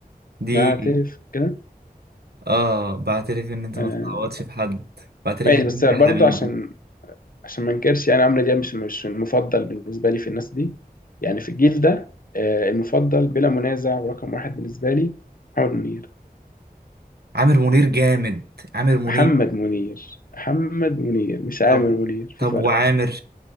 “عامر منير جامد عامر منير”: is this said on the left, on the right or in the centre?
Right